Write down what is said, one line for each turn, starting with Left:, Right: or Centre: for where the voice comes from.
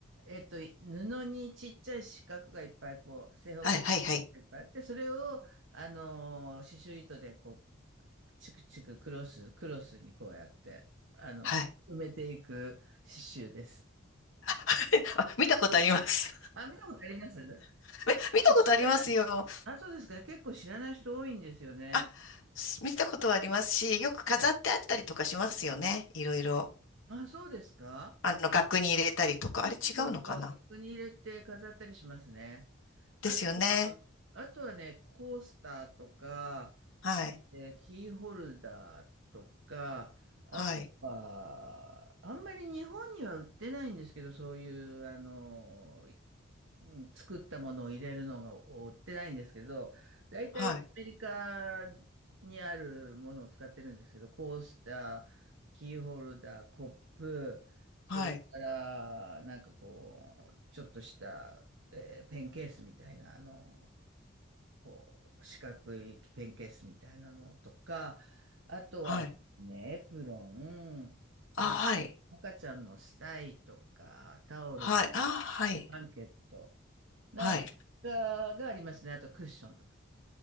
Right: えっと、い布にちっちゃい四角がいっぱいこう正方形が
Left: はい、はい、はい。
Right: いっぱいあって、それをあのー刺繍糸でこうチクチククロス、クロスにこうやって、あの、
Left: はい。
Right: 埋めていく刺繍です。
Left: <laughs> あ、見たことあります。
Right: あ、見たことあります結
Left: <laughs> え見たことありますよ。
Right: 構知らない。あ、そうですか。結構知らない人多いんですよね。
Left: あ、す見たことはありますし、よく飾ってあったりとかしますよね。
Right: ええ
Left: いろいろ。
Right: あ、そうですか。
Left: あの、額に入れたりとか。
Right: あ、
Left: あれ違うのかな
Right: そうそうそう。額に入れて飾ったりしますね。あとは、
Left: ですよね。
Right: あとはね、コースターとか、
Left: はい。
Right: え、えキーホルダーとか、あとは、
Left: はい。
Right: あんまり日本には売ってないんですけど、そういう、あの、うん、作ったものを入れるのが追ってないんですけど、大体アメリカ
Left: はい。
Right: にあるものを使ってるんですけど、コースター、キーホルダー、コップ、それから、
Left: はい。
Right: なんかこう、ちょっとした、えーペンケースみたいな、あの、こう、四角いペンケースみたいなのとか、あとはですね、
Left: はい。
Right: エプロン、
Left: あ、
Right: えー赤ちゃんのスタイとか、
Left: はい。
Right: タオル、
Left: はい。
Right: ブ
Left: あ、はい。
Right: ランケット、なんか
Left: はい。
Right: がありますね。あとクッションとか。